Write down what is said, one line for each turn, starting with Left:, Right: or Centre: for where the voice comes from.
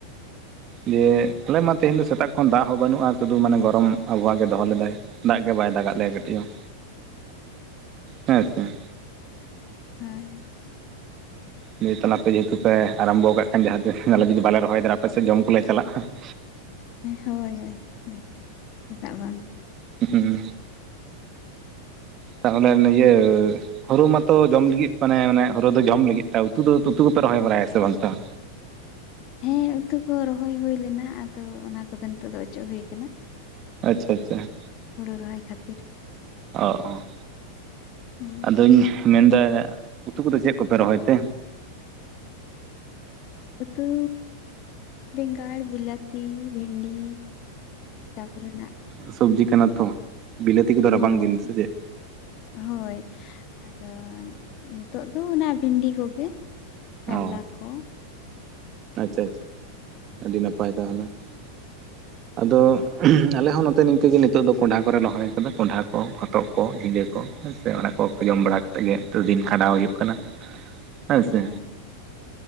Right: ᱫᱤᱭᱟᱹ ᱟᱞᱮ ᱢᱟ ᱛᱮᱦᱮᱧ ᱫᱚ ᱥᱮᱛᱟᱜ ᱠᱷᱚᱱ ᱫᱟᱜ ᱦᱚᱸ ᱵᱟᱹᱱᱩᱜᱼᱟ ᱥᱩᱫᱷᱩ ᱢᱟᱱᱮ ᱜᱚᱨᱚᱢ ᱟᱵᱚᱦᱟᱣᱟ ᱜᱮ ᱫᱚᱦᱚ ᱞᱮᱫᱟᱭ ᱾ ᱫᱟᱜ ᱜᱮ ᱵᱟᱭ ᱫᱟᱜᱟᱜ ᱞᱮᱭᱟ ᱠᱟᱹᱴᱤᱡ ᱦᱚᱸ ᱦᱮᱸ ᱥᱮ ᱾
Left: ᱦᱚᱭ ᱛᱚ ᱾
Right: ᱫᱤᱭᱟᱹ ᱟᱯᱮ ᱡᱮᱦᱮᱛᱩ ᱯᱮ ᱟᱨᱟᱢᱵᱚ ᱠᱟᱜ ᱠᱷᱟᱱ ᱡᱟᱦᱟᱸ ᱛᱤᱥ ᱟᱞᱮ ᱡᱩᱫᱤ ᱵᱟᱞᱮ ᱨᱚᱦᱚᱭ ᱫᱟᱲᱭᱟᱜᱼᱟ ᱟᱯᱮ ᱥᱮ ᱡᱚᱢ ᱠᱚᱞᱮ ᱪᱟᱞᱟᱜᱼᱟ ᱾ <inaudible>
Left: ᱦᱳᱭ, ᱦᱳᱭ ᱪᱮᱫᱟᱜ ᱵᱟᱝ ᱾
Right: ᱦᱩᱸ ᱾ ᱛᱟᱦᱚᱞᱮ ᱤᱭᱟᱹ ᱾ ᱦᱳᱲᱩ ᱢᱟᱛᱚ ᱡᱚᱢ ᱞᱟᱹᱜᱤᱫ, ᱢᱟᱱᱮ ᱦᱳᱲᱩ ᱫᱚ ᱡᱚᱢ ᱞᱟᱹᱜᱤᱫ ᱛᱮ ᱩᱛᱩ ᱫᱚ ᱩᱛᱩ ᱠᱚᱯᱮ ᱨᱚᱦᱚᱭ ᱵᱟᱲᱟᱭᱟ ᱥᱮ ᱵᱟᱝ ᱛᱟᱦᱚ?
Left: ᱦᱮ ᱩᱛᱩ ᱠᱚ ᱨᱚᱦᱚᱭ ᱦᱩᱭ ᱞᱮᱱᱟ ᱾ ᱟᱫᱚ ᱚᱱᱟ ᱠᱚᱫᱚ ᱱᱤᱛᱚᱜ ᱫᱚ ᱚᱪᱚᱜ ᱦᱩᱭ ᱟᱠᱟᱱᱟ ᱾
Right: ᱟᱪᱪᱷᱟ, ᱟᱪᱪᱷᱟ ᱾
Left: ᱦᱳᱲᱳ ᱨᱚᱦᱚᱭ ᱠᱷᱟᱹᱛᱤᱨ ᱾
Right: ᱚᱜᱼᱚ ᱾
Left: ᱦᱩᱸ ᱾
Right: ᱟᱫᱚᱧ ᱢᱮᱱᱫᱟ ᱩᱛᱩ ᱠᱚᱫᱚ ᱪᱮᱫ ᱠᱚᱯᱮ ᱨᱚᱦᱚᱭ ᱛᱮ?
Left: ᱩᱛᱩ ᱵᱮᱸᱜᱟᱲ ᱵᱤᱞᱟᱹᱛ ᱾ ᱛᱤ, ᱵᱷᱮᱱᱰᱤ ᱛᱟᱯᱚᱨᱮᱱᱟᱜ ᱾
Right: ᱥᱚᱵᱡᱽᱤ ᱠᱟᱱᱟ ᱛᱚ ᱵᱤᱞᱟᱹᱛᱤ ᱠᱚᱫᱚ ᱨᱟᱵᱟᱝ
Left: ᱦᱳᱭ
Right: ᱫᱤᱱ ᱥᱮ ᱪᱮᱫ?
Left: ᱦᱳᱭ ᱟᱫᱚ ᱱᱤᱛᱚᱜ ᱫᱚ ᱚᱱᱟ ᱵᱷᱮᱱᱰᱤ ᱠᱚᱜᱮ ᱠᱟᱨᱞᱟ
Right: ᱚ
Left: ᱠᱚ ᱾
Right: ᱟᱪᱪᱷᱟ, ᱪᱪᱷᱟ ᱟᱹᱰᱤ ᱱᱟᱯᱟᱭ ᱛᱟᱦᱚᱞᱮ ᱾ ᱟᱫᱚ ᱟᱞᱮ ᱦᱚᱸ ᱱᱚᱛᱮ ᱱᱤᱝᱠᱟᱹ ᱜᱮ ᱱᱤᱛᱚᱜ ᱫᱚ ᱠᱚᱱᱰᱟᱦᱟ ᱠᱚᱨᱮ ᱨᱚᱦᱚᱭ ᱟᱠᱟᱫᱟ ᱠᱚᱱᱰᱟᱦᱟ ᱠᱚ ᱦᱚᱛᱚᱫ ᱠᱚ ᱡᱷᱤᱸᱜᱟᱹ ᱠᱚ ᱦᱮᱸ ᱥᱮ ᱚᱱᱟ ᱠᱚ ᱡᱚᱢ ᱵᱟᱲᱟ ᱠᱟᱛᱮᱫ ᱜᱮ ᱫᱤᱱ ᱠᱷᱟᱸᱰᱟᱣ ᱦᱩᱭᱩᱜ ᱠᱟᱱᱟ ᱦᱮᱸᱥᱮ
Left: ᱦᱳᱭ